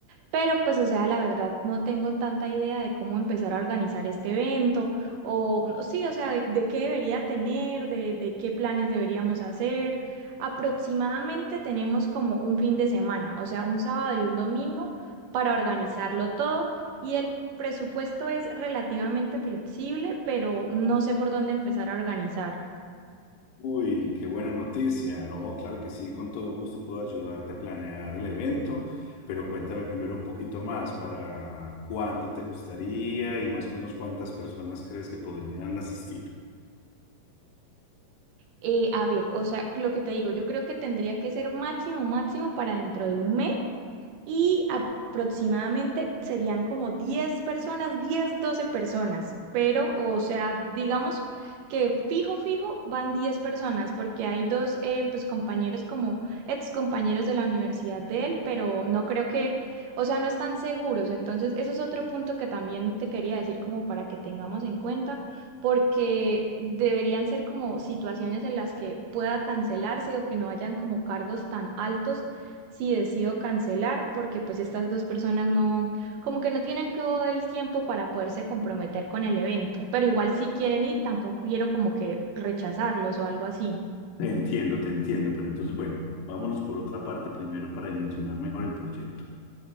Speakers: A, on the right; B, on the left.
A: Pero pues, o sea, la verdad, no tengo tanta idea de cómo empezar a organizar este evento, o no, sí, o sea, de, de qué debería tener, de, de qué planes deberíamos hacer. Aproximadamente tenemos como un fin de semana, o sea, un sábado y un domingo para organizarlo todo y el presupuesto es relativamente flexible, pero no sé por dónde empezar a organizar.
B: Uy, qué buena noticia. No, claro que sí, con todo gusto puedo ayudarte a planear el evento, pero cuéntame primero un poquito más para cuándo te gustaría y más o menos cuántas personas crees que podrían asistir.
A: Eh, a ver, o sea, lo que te digo, yo creo que tendría que ser máximo, máximo para dentro de un mes y aproximadamente serían como 10 personas, 10 12 personas, pero o sea, digamos que fijo, fijo van 10 personas porque hay dos eh, pues compañeros como ex compañeros de la universidad de él, pero no creo que, o sea, no están seguros, entonces eso es otro punto que también te quería decir como para que tengamos en cuenta porque deberían ser como situaciones en las que pueda cancelarse o que no hayan como cargos tan altos si decido cancelar, porque pues estas dos personas no, como que no tienen todo el tiempo para poderse comprometer con el evento, pero igual si quieren ir, tampoco quiero como que rechazarlos o algo así.
B: Te entiendo, te entiendo, pero entonces, bueno, vámonos por otra parte primero para dimensionar mejor el proyecto.